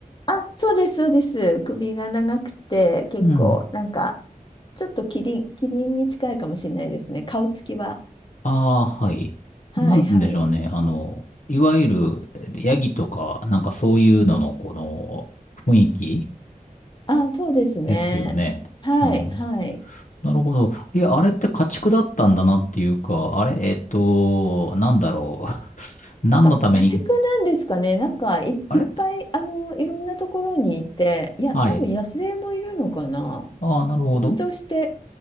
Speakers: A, on the left (about 35°); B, on the left (about 60°).
A: あ、そうです、そうです。首が長くて、結構、
B: <laughs> うん。
A: なんか、ちょっとキリン、キリンに近いかもしれないですね。顔つきは。
B: ああ、はい。
A: はい、
B: なんて言うんでしょうね。
A: はい。
B: あの、いわゆる、えーヤギとか、なんかそういうのの、この、雰囲気
A: あ、そうですね。
B: ですよね。
A: はい、
B: うん。
A: はい。
B: なるほど。いや、あれって家畜だったんだなっていうか、あれえっと、なんだろう。<laughs> 何のために、
A: か、家畜なんですかね。なんかい、
B: あれ
A: いっぱい、あの、いろんなところにいて、いや、
B: はい。
A: 多分野生もいるのかな。
B: ああ、なるほど。
A: ふとして